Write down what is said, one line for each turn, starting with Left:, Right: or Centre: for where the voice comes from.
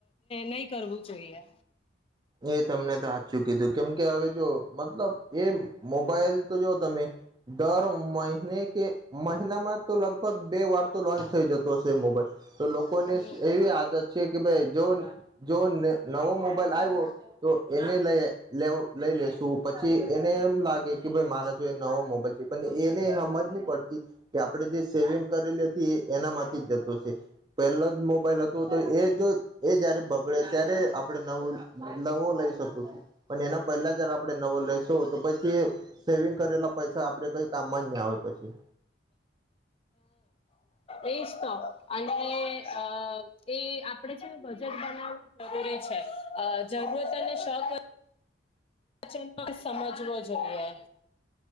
Left: નહી કરવું જોઈએ
Right: એ તમને તો હાચું કીધું કેમ કે હવે જો મતલબ એ મોબાઈલ તો જો તમે દર મહિને કે મહિનામાં તો લગભગ બે વાર તો લોન્ચ થઈ જતો હશે એ મોબાઈલ- તો લોકો
Left: હમ
Right: ને એવી
Left: હમ
Right: આદત છે કે ભાઈ જો જો ન નવો મોબાઈલ આ વો તો એને લઈ લે લઈ લેશું પછી એને એમ લાગે કે ભાઈ મારા જો એ નવો મોબાઈલ છે પણ એને સમજ નહી પડતી કે આપડણે જે સેવિંગ કરેલી હતી એ એનામાંથી જ જતો છે પહેલો જ મોબાઈલ હતો તો એ જો એ જયારે બગડે ત્યારે આપણે નવું નવો લઈ શકું છું પણ એના પહેલા જારે આપડણે નવો લઈેશું તો પછી સેવિંગ કરેલા પૈસા
Left: હા.
Right: આપડે કઈ કામમાં જ ના આવે પછી
Left: એ જ તો અનેઅ એ આપણે છેને બજેટ બનાવવું જરૂરી છે અજરૂરત અને શક ચ સમજવો જોઈએ